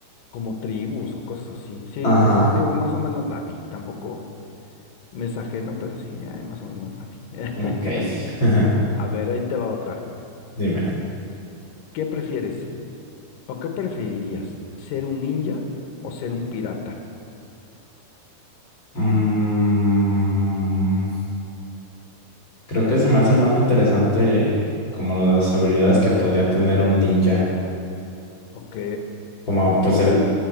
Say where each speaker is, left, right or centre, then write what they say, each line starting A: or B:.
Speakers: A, on the left; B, on the left.
A: como tribus o cosas así. Sí,
B: Ajá.
A: sí, sí, te digo, más o menos la vi. Tampoco me es ajeno, pero sí, ay, más o menos la vi. <laughs>
B: Ok, <laughs>
A: A ver, ahí te va otra.
B: dime.
A: ¿Qué prefieres? ¿O qué preferirías? ¿Ser un ninja o ser un pirata?
B: Mm, creo que se me hace más interesante como las habilidades que podría tener un ninja.
A: Ok,
B: Como, pues el,